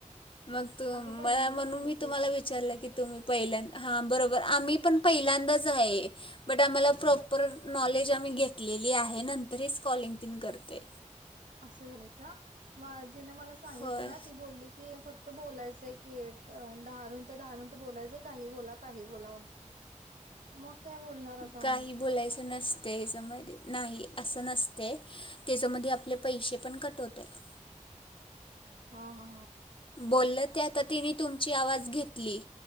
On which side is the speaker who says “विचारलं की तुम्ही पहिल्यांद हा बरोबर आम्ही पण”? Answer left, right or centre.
Left